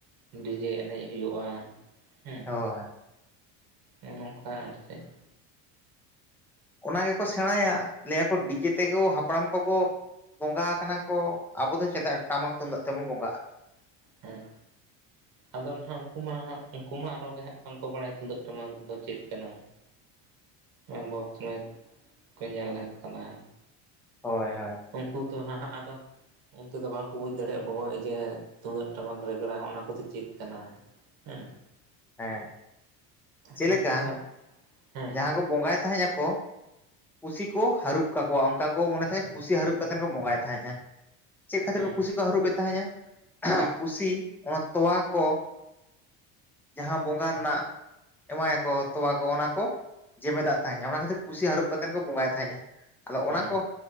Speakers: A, on the right (about 60°); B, in the centre.
A: ᱰᱤᱡᱮ ᱮᱱᱮᱡ ᱦᱩᱭᱩᱜ-ᱟ ᱦᱩ ᱸ᱾
B: ᱦᱳᱭ ᱾
A: ᱱᱚᱜ-ᱚ ᱱᱚᱝᱠᱟ ᱟᱨ ᱪᱮᱫ ᱾
B: ᱚᱱᱟ ᱜᱮᱠᱚ ᱥᱮᱬᱟᱭᱟ ᱞᱟᱹᱭ ᱟᱠᱚ ᱰᱤᱡᱮ ᱛᱮᱜᱮ ᱦᱟᱯᱲᱟᱢ ᱠᱚᱠᱚ ᱵᱚᱸᱜᱟ ᱟᱠᱟᱱᱟ ᱠᱚ ᱟᱵᱚ ᱫᱚ ᱪᱮᱫᱟᱜ ᱴᱟᱢᱟᱠ ᱛᱩᱢᱟᱜ ᱛᱮᱵᱚᱱ ᱵᱚᱸᱜᱟᱜᱼᱟ <inaudible>
A: ᱦᱮᱸ ᱟᱫᱚ ᱱᱟᱦᱟᱜ ᱩᱱᱠᱩ ᱢᱟ ᱦᱟᱜ ᱩᱱᱠᱩ ᱢᱟ ᱟᱨᱚ ᱜᱮ ᱦᱟᱸᱟᱜ ᱵᱟᱝᱠᱚ ᱵᱟᱲᱟᱭᱟ ᱛᱩᱢᱫᱟᱹᱜ ᱴᱟᱢᱟᱠ ᱫᱚ ᱪᱮᱫ ᱠᱟᱱᱟ? ᱦᱮᱸ ᱵᱚᱠᱥ ᱢᱟᱭᱤᱠ ᱠᱚ ᱧᱮᱞ ᱟᱠᱟᱫᱟᱭ᱾
B: ᱦᱳᱭ ᱦᱳᱭ᱾
A: ᱩᱱᱠᱩ ᱫᱚ ᱱᱟᱦᱟᱜ ᱟᱫᱚᱼᱼ ᱚᱱᱛᱮ ᱫᱚ ᱵᱟᱝᱠᱚ ᱵᱩᱡᱽ ᱫᱟᱲᱮᱭᱟᱜᱼᱟ ᱟᱵᱚ ᱡᱮ ᱛᱩᱢᱫᱟᱹᱜ ᱴᱟᱢᱟᱠ ᱨᱮᱜᱽᱲᱟ ᱚᱱᱟ ᱠᱚᱫᱚ ᱪᱮᱫ ᱠᱟᱱᱟ? ᱦᱮᱸ᱾
B: ᱦᱮᱸ ᱪᱮ
A: ᱚᱱᱟ
B: ᱞᱮᱠᱟ
A: ᱠᱚᱫᱚ ᱦᱮᱸ
B: ᱡᱟᱦᱟᱸ ᱠᱚ ᱵᱚᱸᱜᱟᱭ ᱛᱟᱦᱮᱸᱫ ᱟᱠᱚᱼᱼ ᱯᱩᱥᱤ ᱠᱚ ᱦᱟᱹᱨᱩᱵ ᱛᱟᱠᱚᱣᱟ ᱚᱱᱠᱟ ᱠᱚ ᱢᱚᱱᱮ ᱛᱟᱦᱮᱸᱜ ᱯᱩᱥᱤ ᱦᱟᱹᱨᱩᱵ ᱠᱟᱛᱮᱫ ᱠᱚ ᱵᱚᱸᱜᱟᱭ ᱛᱟᱦᱮᱸᱜᱼᱟ᱾ ᱪᱮᱫ ᱠᱷᱟᱹᱛᱤᱨ
A: ᱦᱮᱸ
B: ᱠᱚ ᱯᱩᱥᱤ ᱠᱚ ᱦᱟᱹᱨᱩᱵᱮ ᱛᱟᱦᱮᱱᱟ ᱯᱩᱥᱤ ᱚᱱᱟ ᱛᱚᱣᱟ ᱠᱚᱼᱼ ᱡᱟᱦᱟᱸ ᱵᱚᱸᱜᱟ ᱨᱮᱱᱟᱜ ᱮᱢᱟᱭᱟ ᱠᱚ ᱛᱚᱣᱟ ᱠᱚ ᱚᱱᱟ ᱠᱚᱼᱼ ᱡᱮᱵᱮᱫᱟᱜ ᱛᱟᱦᱮᱸ ᱚᱱᱟ ᱠᱷᱟᱹᱛᱤᱨ ᱯᱩᱥᱤ ᱦᱟᱹᱨᱩᱵ ᱠᱟ ᱠᱟᱛᱮᱫ ᱠᱚ ᱵᱚᱸᱜᱟᱭ ᱛᱟᱦᱮᱸᱫᱼᱟ ᱟᱫᱚ ᱚᱱᱟ
A: ᱦᱮᱸ
B: ᱠᱚᱼᱼ